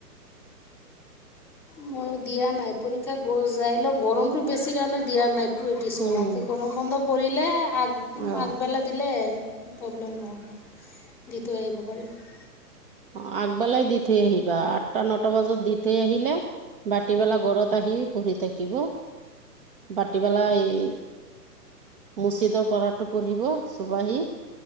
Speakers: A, in the centre; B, on the right (about 35°).
A: মই দিয়া নাই পৰীক্ষা গৈ যাই লওঁ গৰমতটো বেছি কাৰণে দিয়া নাই ঐটিচ <unintelligible>
B: উম
A: গৰম বন্ধ পৰিলে আগ
B: অ
A: আগবেলা দিলে প্ৰব্লেম নহব দি থৈ আহিব পাৰিব
B: অ আগবেলাই দি থৈ আহিবা আঠটা নটা বজাত দি থৈ আহিলে ভাটিবেলা গৰত আহি পঢ়ি থাকিব ভাটিবেলা এই মুছিদৰ পঢ়াটো পঢ়িব চোবাহি